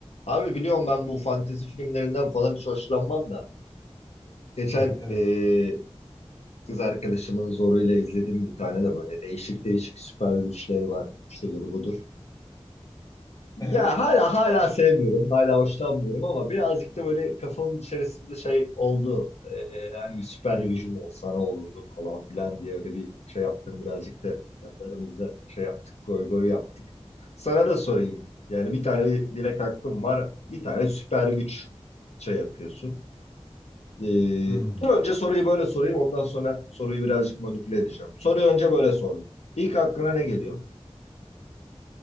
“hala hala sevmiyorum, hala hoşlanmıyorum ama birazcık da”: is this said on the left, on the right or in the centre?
Left